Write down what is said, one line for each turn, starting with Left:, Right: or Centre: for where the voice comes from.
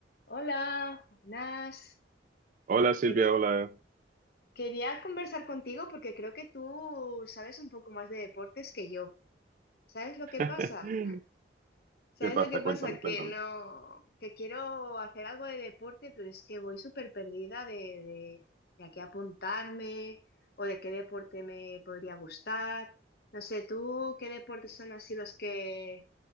Left: Hola, buenas.
Right: Hola Silvia,
Left: Quería,
Right: hola.
Left: quería conversar contigo porque creo que tú sabes un poco más de deportes que yo. ¿Sabes lo que pasa?
Right: <laughs>
Left: <laughs> ¿Sabes
Right: ¿Qué pasa?
Left: lo que pasa?
Right: Cuéntame,
Left: Que
Right: cuéntame.
Left: no, que quiero hacer algo de deporte, pero es que voy súper perdida de, de, de a qué apuntarme o de qué deporte me podría gustar. No sé, ¿tú qué deportes son así los que,